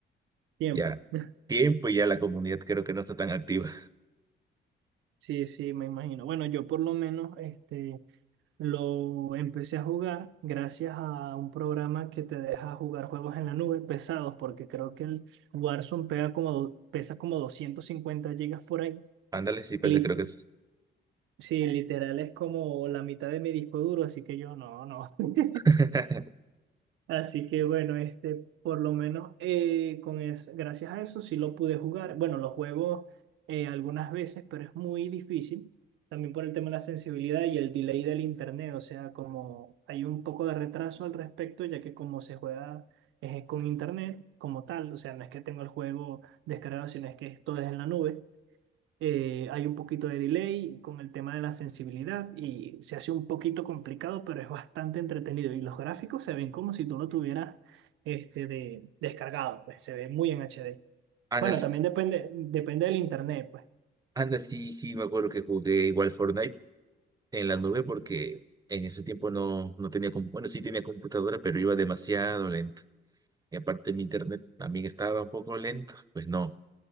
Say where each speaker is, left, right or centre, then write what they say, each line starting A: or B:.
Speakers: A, on the right; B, on the right.
A: Tiempo.
B: ya
A: <laughs>
B: tiempo y ya la comunidad creo que no está tan activa.
A: Sí, sí, me imagino. Bueno, yo por lo menos este, lo empecé a jugar gracias a un programa que te deja jugar juegos en la nube pesados, porque creo que el Warzone pega como, do- pesa como 250 gigas por ahí.
B: Ándale, sí, pasa
A: Y
B: creo que es.
A: Sí, literal es como la mitad de mi disco duro, así que yo no, no. <laughs>
B: <laughs>
A: Así que bueno, este, por lo menos eh, con es, gracias a eso sí lo pude jugar. Bueno, lo juego eh, algunas veces, pero es muy difícil. También por el tema de la sensibilidad y el delay del internet, o sea, como hay un poco de retraso al respecto, ya que como se juega eh, con internet como tal, o sea, no es que tengo el juego descargado, sino es que todo es en la nube eh, hay un poquito de delay con el tema de la sensibilidad y se hace un poquito complicado, pero es bastante entretenido. Y los gráficos se ven como si tú lo tuvieras este, de, descargado, pues se ve muy en HD.
B: Ándale,
A: Bueno,
B: sí,
A: también depende, depende del internet, pues.
B: ándale, sí, sí, me acuerdo que jugué igual Fortnite en la nube porque en ese tiempo no, no tenía, com- bueno, sí tenía computadora, pero iba demasiado lento. Y aparte mi internet también estaba un poco lento, pues no,